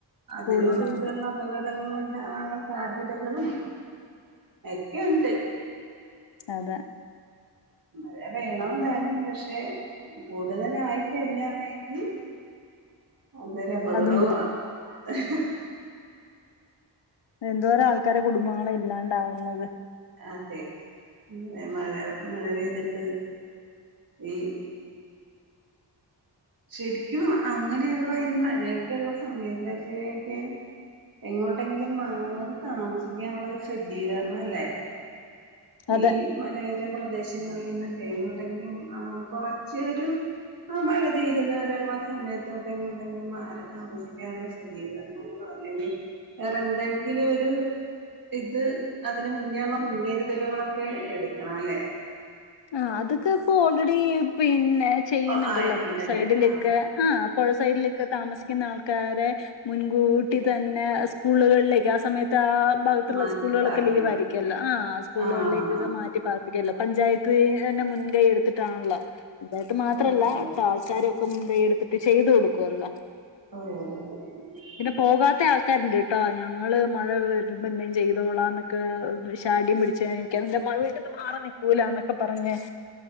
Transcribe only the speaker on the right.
അതിനോടുകൂടിയെള്ള
അപകടങ്ങളിണ്ടാവാനെള്ള സാധ്യതകളും എക്കെണ്ട്
മഴ വേണോംന്താനും പക്ഷെ കൂടുതലായി കഴിഞ്ഞാണ് എങ്കി അതൊരപകടോവാണ്
ഹ്... ഹ്
അതെ ഇങ്ങനെ മഴ മഴപെയ്തിട്ട് ഈ ശെരിക്കും അങ്ങനെയുള്ള ഈ മഴയൊക്കെള്ള സമയത്തെക്കേക്കെ എങ്ങോട്ടെങ്കിലും മാറി താമസിക്കാനെള്ള ഒര് സജ്ജീകരണം അല്ലേ
ഈ മലയോര പ്രദേശങ്ങളീന്നൊക്കേ എങ്ങോട്ടെങ്കിലും ആഹ് കൊറച്ച് ഒരു ആഹ് മഴ തീരുന്ന വരെള്ള സമയത്തോട്ടെങ്ങോട്ടെങ്കിലും മാറി താമസിക്കാനിള്ള സജ്ജീകരണങ്ങളൊ അല്ലെങ്കി വേറെന്തെങ്കിലു ഒരു ഇത് അതിന് മുന്നേള്ള മുൻകരുതലുകളൊക്കെ എടുക്കണവല്ലേ
ഓ ആയിട്ടുണ്ടല്ലേ
ആ
മാറ്റി
പാർപ്പിക്കുന്നുണ്ട്
ആ ആ ആ
ആ.
ഓ ഓ
ഓഹ്